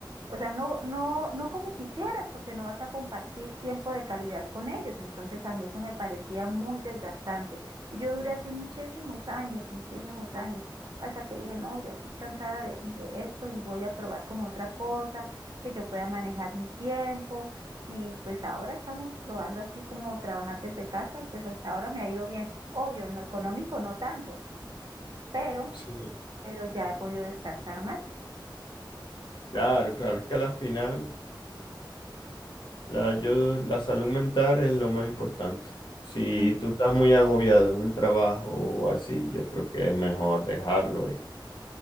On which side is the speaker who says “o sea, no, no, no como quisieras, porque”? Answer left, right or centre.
Right